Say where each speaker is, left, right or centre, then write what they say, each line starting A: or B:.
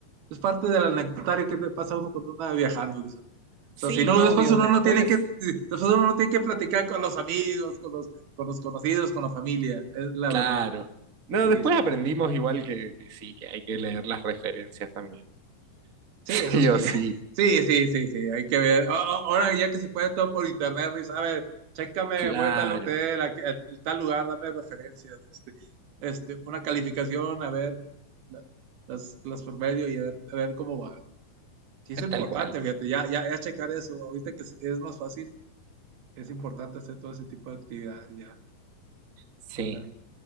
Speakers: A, on the right; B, on the right.
A: es parte del anecdotario que le pasa a uno cuando anda viajando. O
B: Sí,
A: sea, si no,
B: obvio,
A: después uno
B: después.
A: no tiene que, después uno no tiene que platicar con los amigos, con los, con los conocidos, con la familia. Es la
B: Claro.
A: verdad.
B: No,
A: Sí,
B: después
A: sí.
B: aprendimos igual que, que sí, que hay que leer las referencias también.
A: Sí,
B: <laughs>
A: eso
B: Sí
A: sí.
B: o sí.
A: <laughs> Sí, sí, sí, sí, hay que ver. A- a- Ahora ya que se puede todo por internet, Ruiz, a ver, chécame,
B: Claro,
A: voy a tal hotel, a, a tal lugar, dame referencias, este, este, una calificación, a ver, la- las, las promedio y a ver, a ver cómo va. ¿no? Sí, es importante,
B: tal cual.
A: fíjate, ya, ya, ya checar eso, ahorita que es es más fácil, es importante hacer todo ese tipo de actividades, ya,
B: Sí.
A: ándale.